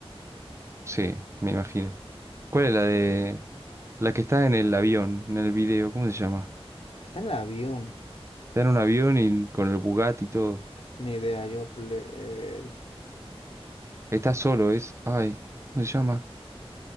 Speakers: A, on the right; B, on the left.
A: Sí, me imagino. ¿Cuál es la de... La que está en el avión, en el video, ¿cómo se llama?
B: Que está en el avión.
A: Está en un avión y con el Bugatti y todo.
B: Ni idea, yo. ple- el-
A: Está solo, es... Ay, ¿cómo se llama?